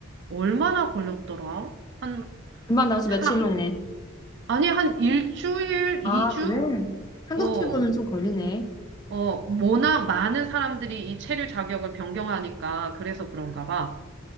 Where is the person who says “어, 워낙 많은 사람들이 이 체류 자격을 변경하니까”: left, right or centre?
Right